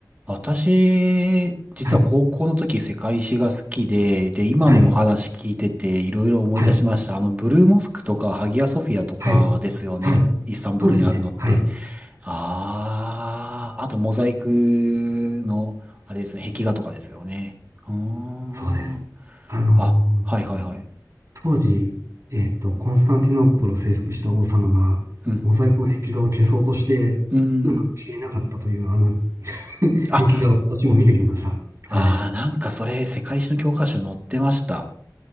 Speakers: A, on the right; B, on the right.
A: 私、実は高校の時世界史が好きで、
B: はい。
A: で、今のお話聞いてていろいろ思い出しました。
B: はい。はい。
A: あの、ブルーモスクとかハギアソフィアとかですよね。
B: はい。はい。
A: イスタンブールにあるのって。
B: そうですね。はい。
A: ああ、あとモザイクの、あれですよ、壁画とかですよね。うーん。
B: そうです。あのー
A: あ、はいはいはい。
B: 当時、えっと、コンスタンティノープルを征服した王様が、
A: うん。
B: モザイクの壁画を消そうとして、
A: うーん。
B: うまく消えなかったという、あの <laughs>
A: あ、
B: 壁画を私も見てきました。
A: ああ、
B: はい。
A: なんかそれ世界史の教科書に載ってました。